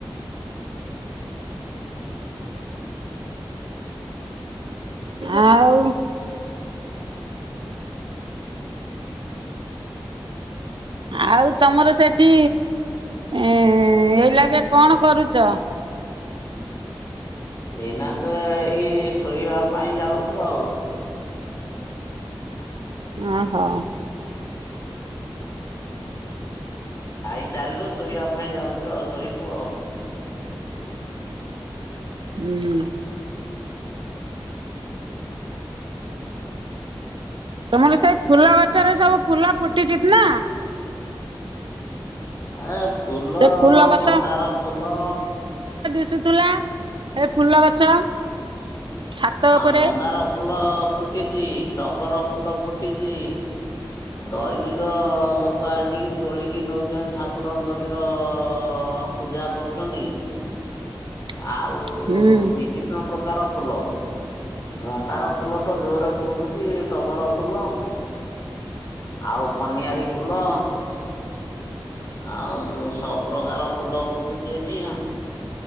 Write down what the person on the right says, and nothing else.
ଆଉ। ଆଉ ତମର ସେଠି ଏ-ଏଇ ଲାଗେ କଣ କରୁଚ?
ଓ ହୋ।
ହୁଁ। ତମର ସେଇ ଫୁଲ ଗଛରେ ସବୁ ଫୁଲ ଫୁଟିଚି ନା।
ସେ ଗଛ
ଫୁଟୁ ଥିଲା ଏ ଫୁଲ ଗଛ। ଛାତ ଉପରେ
<unintelligible>
ହୁଁ